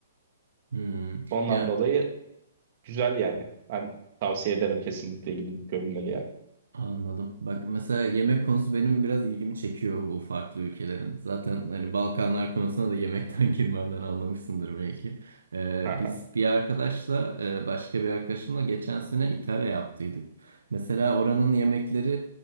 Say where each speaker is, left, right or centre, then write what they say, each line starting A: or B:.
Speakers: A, on the right (about 85°); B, on the right (about 50°).
A: Hmm.
B: Ondan
A: Ya
B: dolayı güzel yani. Ben tavsiye ederim kesinlikle gidip görünmeli yani.
A: Anladım. Bak mesela yemek konusu benim biraz ilgimi çekiyor bu farklı ülkelerin. Zaten hani Balkanlar konusuna da yemekten <laughs> girmemden anlamışsındır belki. Ee,
B: Aha,
A: biz bir arkadaşla e, başka bir arkadaşımla geçen sene İtalya yaptıydık. Mesela oranın yemekleri